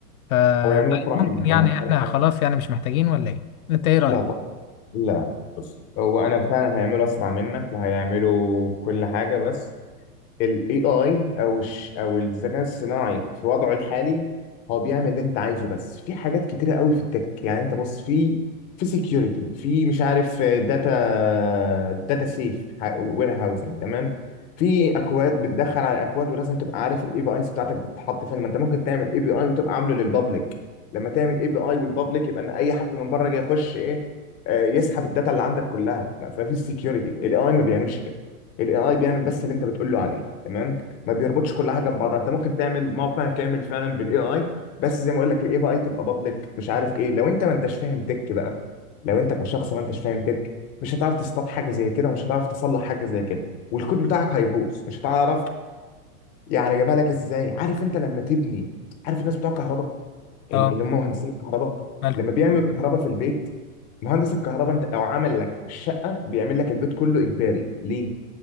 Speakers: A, on the left; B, on the left.
A: فممكن
B: هو يعمل اسرع منك
A: يعني
B: انا
A: احنا
B: أنا-
A: خلاص
B: أنا-
A: يعني مش محتاجين ولا ايه انت ايه رأيك
B: لا طبعا لا بص هو انا فعلا هيعمله اسرع منك وهيعمله كل حاجه بس ال AI او الش او الذكاء الصناعي في وضعه الحالي هو بيعمل اللي انت عايزه بس في حاجات كتيره قوي في التك يعني انت بص في في سكيورتي في مش عارف داتا داتا سيف وير هاوسنج تمام في اكواد بتدخل على اكواد ولازم تبقى عارف الاي بي ايز بتاعتك بتتحط فين ما انت ممكن تعمل اي بي اي وتبقى عامله للبابليك لما تعمل اي بي اي والبابليك يبقى ان اي حد من بره جاي يخش ايه آه، يسحب الداتا اللي عندك كلها ففي السكيورتي الاي ما بيعملش كده الاي اي بيعمل بس اللي انت بتقول له عليه تمام ما بيربطش كل حاجه ببعضها انت ممكن تعمل موقع كامل فعلا بالاي اي بس زي ما اقول لك الاي اي تبقى بابليك مش عارف ايه لو انت ما انتش فاهم تك بقى لو انت كشخص ما انتش فاهم تك مش هتعرف تصطاد حاجه زي كده ومش هتعرف تصلح حاجه زي كده والكود بتاعك هيبوظ مش هتعرف يعني جابها لك ازاي عارف انت لما تبني عارف الناس بتوع كهرباء اللي
A: اه
B: هم مهندسين الكهرباء
A: ماله
B: لما بيعملوا الكهرباء في البيت مهندس الكهرباء انت او عمل لك الشقه بيعمل لك البيت كله اجباري ليه